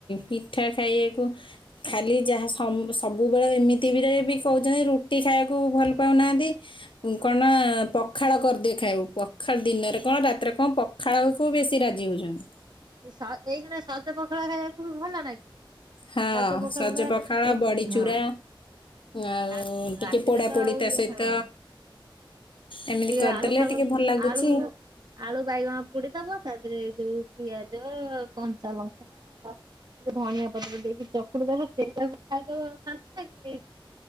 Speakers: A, on the left (about 70°); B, on the right (about 50°).
A: ପିଠା ଖାଇବାକୁ। ଖାଲି ଯାହା ସବୁବେଳେ ଏମିତି ବିରେ ବି କହୁଛନ୍ତି ରୁଟି ଖାଇବାକୁ ଭଲ ପାଉନାହାଁନ୍ତି। କଣ ପଖାଳ କରିଦିଏ ଖାଇବାକୁ ପଖାଳ ଦିନରେ କଣ ରାତିରେ କଣ ପ ଖାଳକୁ ବେଶି ରାଜି ହଉଛନ୍ତି।
B: ଏଇ ସ-ଏଇଖିଣା ସଜ ପଖାଳ ଖାଇବାକୁ ବି ଭଲ ନାଗିବ।
A: ହଁ
B: ସଜ ପଖାଳ ଟା ଏ
A: ବଡ଼ି ଚୁରା
B: ହଁ
A: ଆଉ
B: ସା ରାତିରେ
A: ଟିକେ ପୋଡ଼ା
B: ତ
A: ପୋଡ଼ି
B: ଆଉ
A: ତା
B: ଇଏ
A: ସହିତ
B: ଖାଇବା ଆଉ।
A: ଏମିତି
B: ଟିକେ
A: କରିଦେଲେ
B: ଆଳୁ ଫାଳୁ,
A: ଟିକେ ଭଲ ଲାଗୁଛି
B: ଆଳୁ ଆଳୁ ବାଇଗଣ ପୋଡିଦବ ତାଦେହରେ ଯୋଉ ପିଆଜ ଆଉ କଞ୍ଚା ଲଙ୍କା କ ଟିକେ ଧଣିଆ ପତ୍ର ଦେଇକି ଚକୁଟି ଦବ। ସେଇଆକୁ ଖାଇଦବ ଶାନ୍ତି ନାଗିବ। ଏ